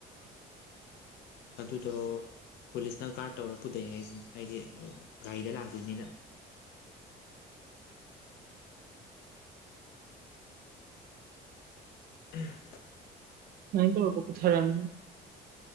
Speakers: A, on the left; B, on the right.
A: ꯑꯗꯨꯗꯣ ꯄꯨꯂꯤꯁꯅ ꯀꯥꯔꯠ ꯇꯧꯔ ꯄꯨꯊꯣꯛꯑꯦ ꯍꯥꯏꯁꯤ ꯍꯥꯏꯗꯤ ꯒꯥꯔꯤꯗ ꯂꯥꯛꯇꯣꯏꯅꯤꯅ
B: ꯑ
A: ꯎꯝ
B: ꯇꯕꯨ ꯀꯊꯔꯝ